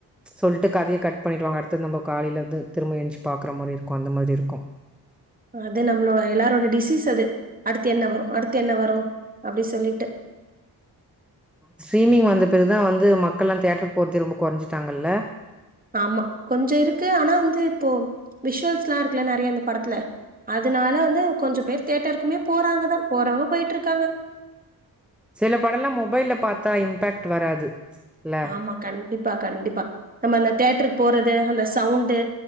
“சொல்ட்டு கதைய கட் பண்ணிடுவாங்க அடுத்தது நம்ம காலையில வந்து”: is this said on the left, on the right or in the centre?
Centre